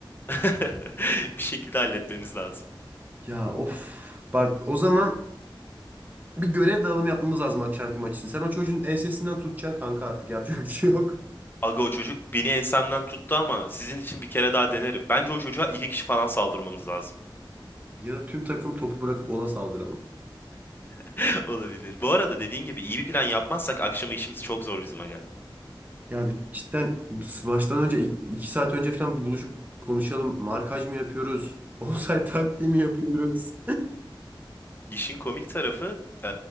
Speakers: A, on the left; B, on the right.
A: <laughs> Bir şekilde halletmemiz lazım.
B: Ya of. Bak o zaman bir görev dağılımı yapmamız lazım akşamki maç için. Sen o çocuğun ensesinden tutacaksın kanka artık yapacak bir şey yok.
A: Aga o çocuk beni ensemden tuttu ama sizin için bir kere daha denerim. Bence o çocuğa iki kişi falan saldırmamız lazım.
B: Ya da tüm takım topu bırakıp ona saldıralım.
A: <laughs> Olabilir. Bu arada dediğin gibi iyi bir plan yapmazsak akşama işimiz çok zor bizim aga.
B: Ya bir cidden maçtan önce ik- iki saat önce falan bir buluşup konuşalım. Markaj mı yapıyoruz? <laughs> Offside taktiği mi yapıyoruz?
A: İşin komik tarafı e,